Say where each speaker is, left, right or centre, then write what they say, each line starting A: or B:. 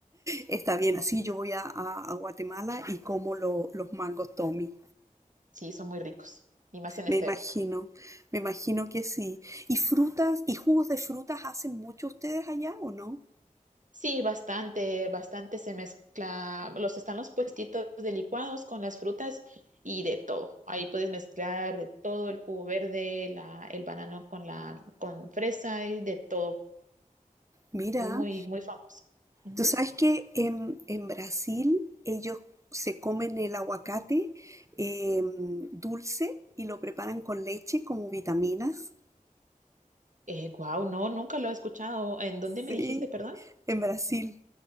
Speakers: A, on the right; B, on the right.
A: Está bien, así yo voy a, a- a Guatemala y como lo- los mangos Tommy.
B: Sí, son muy ricos, y más en
A: Me
B: esta
A: imagino,
B: época.
A: me imagino que sí. ¿Y frutas y jugos de frutas hacen mucho ustedes allá o no?
B: Sí, bastante, bastante se mezcla. Los están los puestitos de licuados con las frutas y de todo. Ahí puedes mezclar de todo, el jugo verde, la, el banano con la, con fresa y de todo.
A: Mira,
B: Es muy, muy famoso. Ujú.
A: tú sabes que en, en Brasil ellos se comen el aguacate eh, dulce y lo preparan con leche como vitaminas.
B: Eh, guau, no, nunca lo he escuchado. ¿En dónde me
A: Sí,
B: dijiste, perdón?
A: en Brasil.